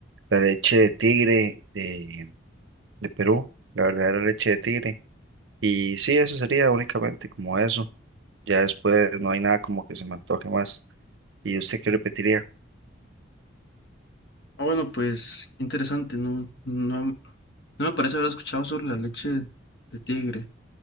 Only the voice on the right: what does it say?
la leche de tigre de, de Perú, la verdadera leche de tigre. Y sí, eso sería únicamente como eso. Ya después no hay nada como que se me antoje más. ¿Y usted qué repetiría?